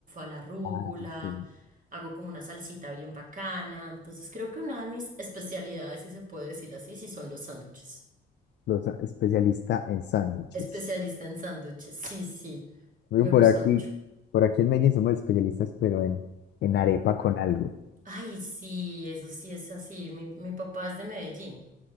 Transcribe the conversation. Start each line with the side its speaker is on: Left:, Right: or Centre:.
Right: la rúgula,
Left: ah, este,
Right: hago como una salsita bien bacana. Entonces, creo que una de mis especialidades, si se puede decir así, sí son los sándwiches.
Left: los especialistas en sándwiches.
Right: Especialista en sándwiches, sí, sí,
Left: Uy,
Right: me
Left: Por
Right: gusta
Left: aquí,
Right: mucho.
Left: por aquí en Medellín somos especialistas, pero en, en arepa con algo.
Right: Ay, sí, eso sí es así. Mi, mi papá es de Medellín.